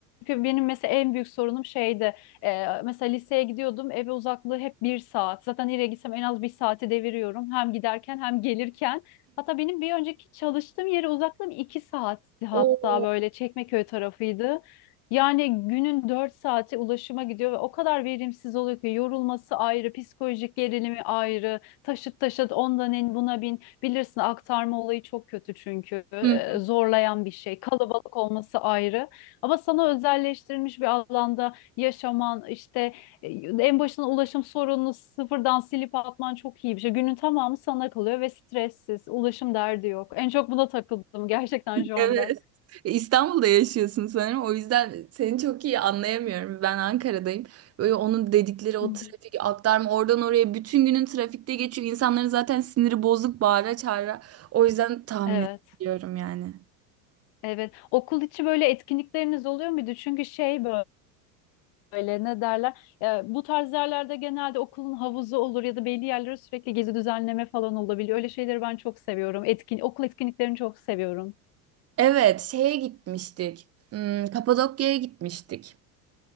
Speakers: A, on the left; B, on the right.
A: Çünkü benim mesela en büyük sorunum şeydi. e, mesela liseye gidiyordum. Eve uzaklığı hep bir saat. Zaten nereye gitsem en az bir saati deviriyorum. Hem giderken hem gelirken. Hatta benim bir önceki çalıştığım yere uzaklığım iki saatti hatta
B: Oo.
A: böyle Çekmeköy tarafıydı. Yani günün dört saati ulaşıma gidiyor ve o kadar verimsiz oluyor ki yorulması ayrı, psikolojik gerilimi ayrı, taşıt taşıt ondan en buna bin. Bilirsin aktarma olayı çok kötü çünkü e,
B: Hı
A: zorlayan bir şey. Kalabalık olması ayrı. Ama sana özelleştirilmiş bir alanda yaşaman, işte e, en başına ulaşım sorununu sıfırdan silip atman çok iyi bir şey. Günün tamamı sana kalıyor ve stressiz, ulaşım derdi yok. En çok buna takıldım gerçekten şu
B: Evet.
A: anda.
B: E, İstanbul'da yaşıyorsun sanırım. O yüzden seni çok iyi anlayamıyorum. Ben Ankara'dayım. Böyle onun dedikleri o
A: Hı hı.
B: trafik aktarma oradan oraya bütün günün trafikte geçiyor. İnsanların zaten siniri bozuk bağıra çağıra. O yüzden tahmin
A: Evet,
B: ediyorum yani.
A: evet. Okul içi böyle etkinlikleriniz oluyor muydu? Çünkü şey böyle ne derler? Ya, bu tarz yerlerde genelde okulun havuzu olur ya da belli yerlere sürekli gezi düzenleme falan olabiliyor. Öyle şeyleri ben çok seviyorum. Etkin, okul etkinliklerini çok seviyorum.
B: Evet, şeye gitmiştik. Hmm, Kapadokya'ya gitmiştik.